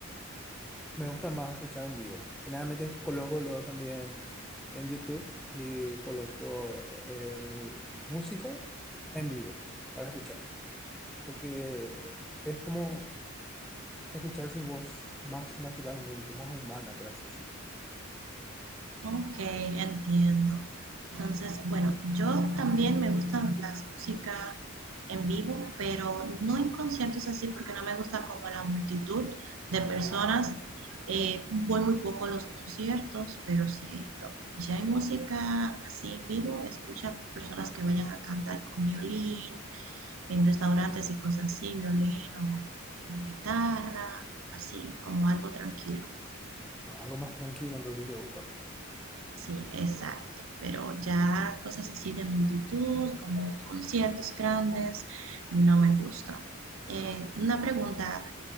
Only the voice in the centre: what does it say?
me gusta más escuchar en vivo. Generalmente coloco luego también en YouTube y coloco el músico en vivo para escuchar, porque es como escuchar su voz más naturalmente, más humana, por así decirlo.
no, algo más tranquilo, entonces te gusta.